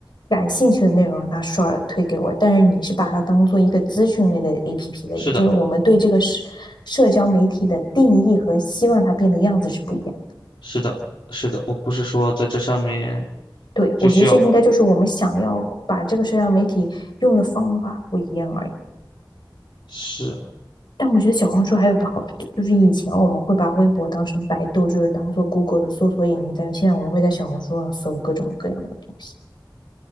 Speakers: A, on the left; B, on the left.
A: 感兴趣的内容，让它刷推给我。但是你是把它当做一个资讯类的 APP 的人就是我们对这个社社交媒体的定义和希望它变的样子是不一样。
B: 是的，是的，是的，我不是说在这上面
A: 对，
B: 就需要
A: 我觉得这应该就是我们想要把这个社交媒体用的方法不一样而已。
B: 是，
A: 但我觉得小红书还有个好处，就是以前我们会把微博当成百度，就是当做 Google 的搜索引擎在用。现在我们会在小红书上搜各种各样的东西，